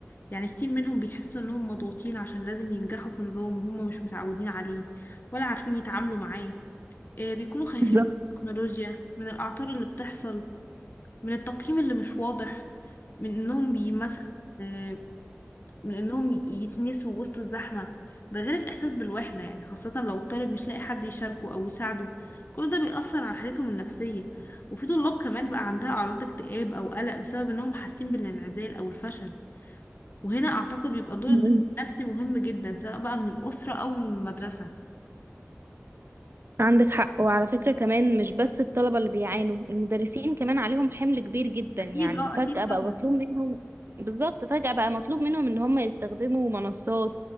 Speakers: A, on the left; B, on the right.
A: يعني كتير منهم بيحسوا انهم مضغوطين عشان لازم ينجحوا في نظام هم مش متعودين عليه ولا عارفين يتعاملوا معاه آه، بيكونوا خايفين
B: بالظبط
A: من التكنولوجيا من الاعطال اللي بتحصل من التقييم اللي مش واضح من انهم بي مثلا آه، من انهم ي- يتنسوا وسط الزحمة ده غير الاحساس بالوحدة يعني خاصة لو الطالب مش لاقي حد يشاركه او يساعده كل ده بيأثر على حالتهم النفسية وفي طلاب كمان بقى عندها اعراض اكتئاب او قلق بسبب انهم حاسين بالانعزال او الفشل وهنا اعتقد بيبقى دور
B: فعلا
A: الدكتور النفسي مهم جدا سواء بقى من الأسرة او من المدرسة
B: عندك حق وعلى فكرة كمان مش بس الطلبة اللي بيعانوا المدرسين كمان عليهم حمل كبير جدا
A: أكيد
B: يعني
A: اه
B: فجأة
A: أكيد
B: بقى
A: طبعا
B: مطلوب منهم بالظبط فجأة بقى مطلوب منهم ان هم يستخدموا منصات